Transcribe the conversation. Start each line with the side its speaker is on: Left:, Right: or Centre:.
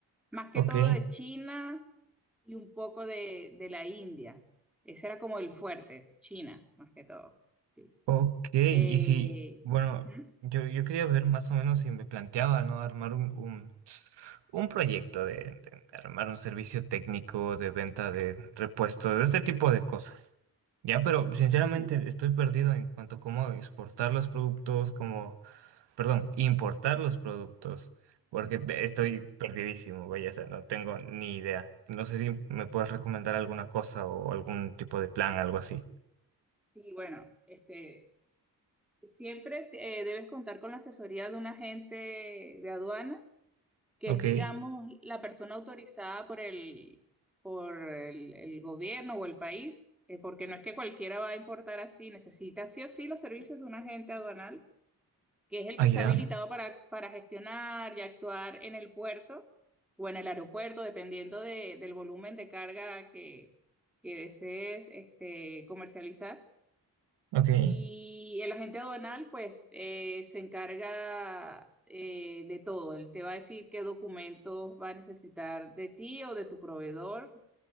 Centre: más que
Right: ok,
Centre: todo de China y un poco de, de la India. Ese era como el fuerte, China, más que todo. Sí.
Right: ok. Y
Centre: Eh,
Right: si, bueno,
Centre: ujú,
Right: yo, yo quería ver más o menos si me planteaba, ¿no? Armar un, un proyecto de, de armar un servicio técnico de venta de repuestos, este tipo de cosas. Ya, pero sinceramente
Centre: Ya,
Right: estoy perdido en cuanto a cómo exportar los productos, cómo, perdón, importar los productos, porque de- estoy
Centre: ya.
Right: perdidísimo, vaya, o sea, no tengo ni idea. No sé si me puedes recomendar alguna cosa o algún tipo de plan, algo así.
Centre: Sí, bueno, este, siempre eh, debes contar con la asesoría de un agente de aduanas, que
Right: Ok,
Centre: es, digamos, la persona autorizada por el, por el, el gobierno o el país, eh, porque no es que cualquiera va a importar así, necesita sí o sí los servicios de un agente aduanal, que es el
Right: allá,
Centre: que está habilitado para, para gestionar y actuar en el puerto o en el aeropuerto, dependiendo de- del volumen de carga que, que desees este, comercializar.
Right: ok.
Centre: Y el agente aduanal, pues, eh, se encarga eh, de todo. Él te va a decir qué documentos va a necesitar de ti o de tu proveedor,